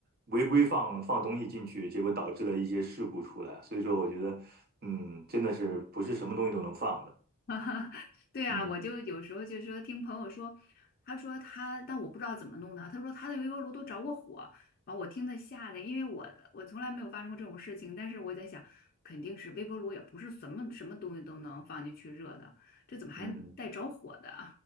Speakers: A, on the right; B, on the left.
A: 违规放放东西进去，结果导致了一些事故出来。所以说，我觉得，嗯，真的是不是什么东西都能放的，
B: <laughs> 哈哈，对啊，
A: 嗯
B: 我就有时候就说听朋友说，他说他，但我不知道怎么弄的。他说他的微波炉都着过火，把我听的吓的，因为我我从来没有发生过这种事情。但是我在想，肯定是微波炉也不是什么什么东西都能放进去热的，这怎么还带着火的？
A: 嗯。